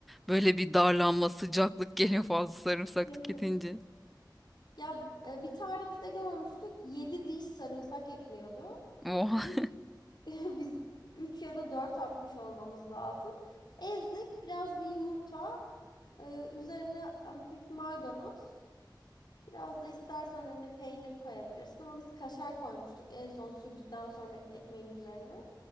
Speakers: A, in the centre; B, on the left.
A: böyle bir darlanma sıcaklık geliyor <laughs> fazla sarımsak
B: <laughs>
A: tüketince.
B: Ya e, bir tarifte görmüştük 7 diş sarımsak ekliyordu.
A: Oha.
B: Biz <laughs> biz 3 ya da 4 atmış olmamız lazım. Ezdik biraz bir yumurta, e, üzerine hafif maydanoz. Biraz da istersen hani peynir koyabilirsin ama biz kaşar koymuştuk en son sürdükten sonra ekmeğin üzerine.